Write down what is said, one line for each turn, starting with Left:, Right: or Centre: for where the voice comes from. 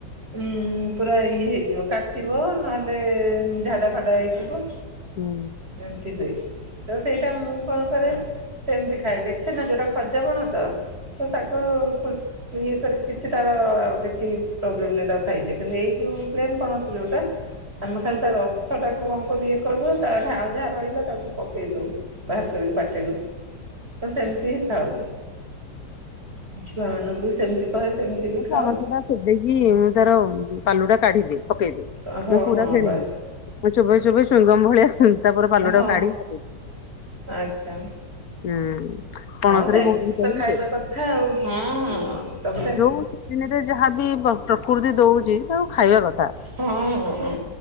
Right: ଉଁ ପୁରା ଇଏ ହେଇଯିବ, କାଟିବ ନହେଲେ ଝାଡା ଫାଡା ହେଇଯିବ।
Left: ହୁଁ।
Right: ଏମତି ହୁଏ, ତ ସେଇଟା ମୁଁ କଣ କରେ ସେମିତି ଖାଏ ଦେଖି ସେ ନା ଯୋଉଟା ଖଜା ପଣସ, ତ ତାକୁ ଖୁ ଇଏ କରି କିଛି ତାର କିଛି ପ୍ରୋବ୍ଲେମ୍ ନାଇଁ ତାକୁ ଖାଇ ହେଇଯାଏ, କିନ୍ତୁ ଏଇ ଯେଉଁ ପ୍ଲେନ୍ ପଣସ ଯେଉଁଟା ଆମେ ଖାଲି ତା ରସ ଟାକୁ କଣ କରୁ ଇଏ କରିଦଉ, ତା ଆଉ ଯାହା ରହିଲା ତାକୁ ପକେଇ ଦଉ। ବାହାର କରିକି ପାଟିରୁ, ତ ସେମିତି ହିଁ ଖାଉ। ଛୁଆ ମାନଙ୍କୁ ବି ସେମିତି କହେ, ସେମିତି ବି ଖାଅ
Left: ପଣସ ଟା ଚୋବେଇକି ମୁଁ ତାର ପାଲୁ ଟା କାଢିଦିଏ। ପକେଇଦିଏ,
Right: ହଁ
Left: ମୁଁ ପୁରା
Right: ହଁ
Left: ଗିଲେନି
Right: ବାସ୍
Left: ମୁଁ ଚୋବେଇ ଚୋବେଇ ଚୁଇଙ୍ଗମ ଭଳିଆ ତାପରେ ପାଲୁଟାକୁ
Right: ହଁ
Left: କାଢିି କି ପକେଇ ଦିଏ,
Right: ଆଚ୍ଛା
Left: ହୁଁ। ପଣସରେ
Right: ହଁ ସେମିତି
Left: ବି ବହୁତ ଭିଟାମିନ
Right: ତ ଖାଇବା
Left: ଥାଏ।
Right: କଥା ଆଉ, ହଁ।
Left: ହୁଁ
Right: ତାପରେ
Left: ଯୋଉ ସିଜିନ ରେ ଯାହାବି ପ୍ରକୃତି ଦଉଛି ତାକୁ ଖାଇବା କଥା,
Right: ହଁ